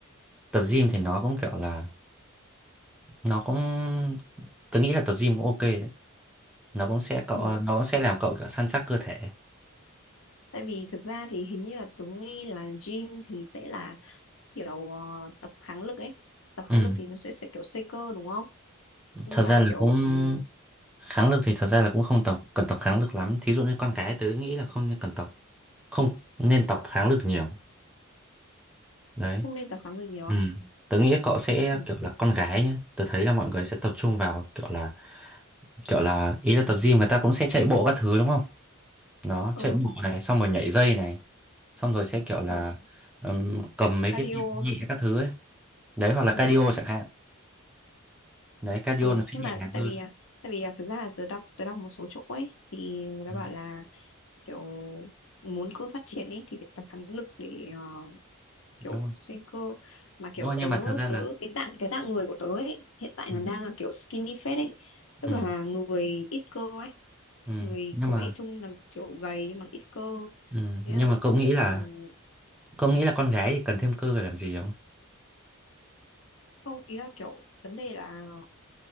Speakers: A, in the centre; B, on the left (about 65°).
A: tập gym thì nó cũng kiểu là nó cũng tôi nghĩ là tập gym cũng ok đấy. Nó cũng sẽ cậu
B: ừ.
A: nó cũng sẽ làm cậu kiểu săn chắc cơ thể.
B: tại vì thực ra thì hình như là Tuấn nghe là gym thì sẽ là kiểu ờ, tập kháng lực ấy tập
A: Ừ.
B: kháng lực thì nó sẽ, sẽ kiểu xây cơ đúng không Nhưng
A: thật ra
B: mà
A: là
B: kiểu
A: cũng
B: ừ,
A: kháng lực thì thật ra là cũng không tộc cần tập kháng lực lắm thí dụ như con gái tớ nghĩ là không nên cần tập không nên tập kháng lực nhiều đấy
B: không nên tập kháng lực nhiều
A: ừ. tớ nghĩ cậu sẽ
B: ừ.
A: kiểu là con gái nhá tớ thấy là mọi người sẽ tập trung vào kiểu là kiểu là ý là tập gym người ta cũng sẽ chạy bộ các thứ đúng không nó
B: ờ
A: chạy bộ này xong rồi nhảy dây này xong rồi sẽ kiểu là
B: ừ.
A: ừm, cầm mấy
B: cardio
A: cái tạ nhẹ
B: hả?
A: các thứ ấy đấy hoặc là
B: ừ.
A: cardio chẳng hạn đấy cardio
B: ừ.
A: nó sẽ
B: nhưng
A: nhẹ
B: mà
A: nhàng
B: tại
A: hơn
B: vì à, tại vì à, thực ra là tớ đọc tớ đọc một số chỗ ấy thì người ta
A: ừ,
B: bảo là kiểu muốn cơ phát triển ấy thì phải tập kháng lực để ờ, kiểu
A: đúng rồi
B: xây cơ mà kiểu
A: đúng rồi nhưng
B: tớ
A: mà thật ra
B: tớ
A: là
B: cái tạng cái tạng người của tớ ấy hiện tại
A: ừ,
B: nó đang là kiểu skinny fat ấy tức
A: ừ.
B: là người ít cơ ấy
A: ừ.
B: người
A: nhưng
B: có
A: mà
B: vẻ trông là kiểu gầy nhưng mà ít cơ
A: ừ.
B: thế
A: nhưng
B: là
A: mà cậu
B: kiểu
A: nghĩ là
B: ừm,
A: cậu nghĩ là con gái thì cần thêm cơ để làm gì không
B: không ý là kiểu vấn đề là